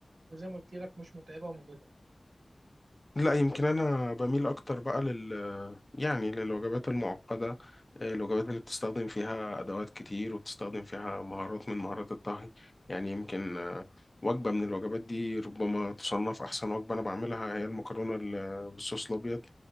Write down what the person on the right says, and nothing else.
وزي ما قلت لك مش متعبه ومجهده